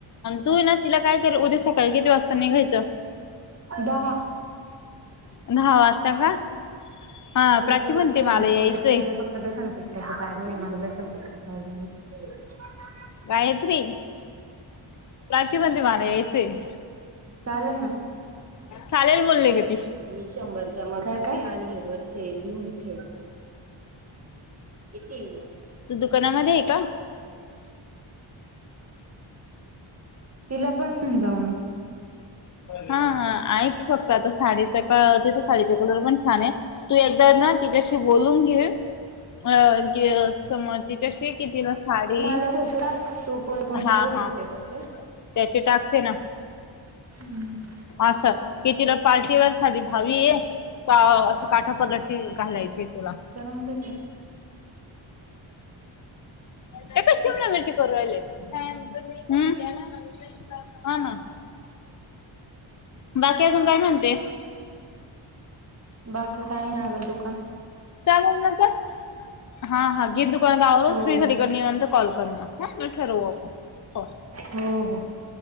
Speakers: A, on the left (about 40°); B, on the right (about 30°).
A: तू ना तिला काय कर उद्या सकाळी किती वाजता निघायचं.
B: दहा.
A: दहा वाजता का हा
B: याचे
A: प्राची म्हणते
B: वन सेव्हंटी
A: मला यायचंय.
B: फोर याचे झाले फक्त बेसन पिकठाच प्रायज नाही मझ बेसन पीठ प्रयज नाही <unintelligible>
A: गायत्री. प्राची म्हणते माला यायच ये.
B: चालेल
A: चालेल बोलली ग ती.
B: मी शंभर जमा करते आणि हे वरचे लिहून ठेव कितीये.
A: तू दुकानामध्ये आहे का.
B: तिला पण घेऊन जाऊ ना.
A: हा हा आहेत फक्त आता साडीच का तिथ साडीचा कलर पण छान आहे तू एकदा ना तिच्याशी बोलून घे अ समोर तिच्याशी किती ला साडी
B: मला फोटो टाक तू कोण कोणते
A: हा
B: घेत
A: हा.
B: होते त्याचे
A: त्याचे टाकते ना.
B: हम्म.
A: अच्छा की तिला पार्टीवेअर साडी हावी आहे. का अशी काठा पदराची घालायची तुला.
B: रंगेत
A: त्या का शिमला मिरची करू राहिले. काम म गला ना ह ना <unintelligible> बाकी अजून काय म्हणते.
B: बाकी काही ना अगर दु
A: चाल म च हा हा गे दुकानात आवरून
B: हो
A: फ्री झाली
B: हो
A: का निंवात कॉल कर मग हा ठरवू आपण. हो.
B: हो हो